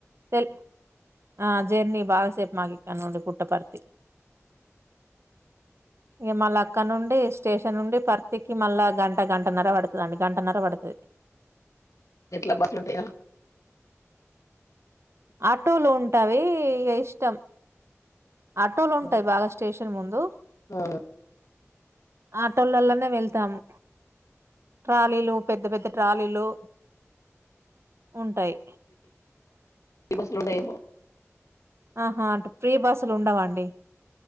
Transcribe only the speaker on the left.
ఎట్లా బస్సులుంటాయా
హ్మ్.
ఆ!
ఫ్రీ బస్లు ఉండాయేమొ